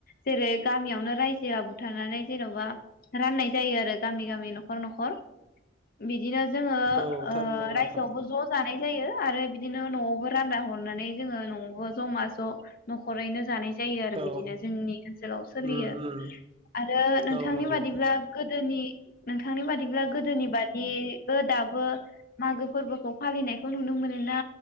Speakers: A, on the left; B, on the right.
A: जेरै गामियावनो रायजोआ बुथारनानै जेनबा राननाय जायो आरो। गामि गामि न नख नखर। बिदिनो जोङो
B: औ
A: ओ
B: थारैनो नंगौ
A: रायजोआवबो
B: नोंथां
A: ज जानाय जायो आरो बिदिनो न'आवबो रानना हरनानै जोङो न'आवबो जमा ज नख'रैनो जानाय जायो आरो
B: औ
A: बिदिनो जोंनि ओनसोलाव सोलियो
B: उम उम
A: आरो नोंथांनि
B: औ नंगौ
A: बादिब्ला गोदोनि नोंथांनि बादिब्ला गोदोनि बादिबो दाबो मागो फोरबोखौ फालिनायखौ नुनो मोनो ना